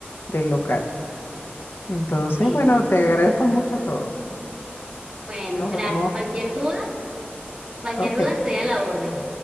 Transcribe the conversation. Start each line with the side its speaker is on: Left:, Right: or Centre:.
Left: del local. Entonces,
Right: Sí,
Left: bueno, te agradezco mucho todo.
Right: bueno,
Left: Nos
Right: gracias.
Left: vemos.
Right: Cualquier duda, cualquier
Left: Ok.
Right: duda estoy a la orden.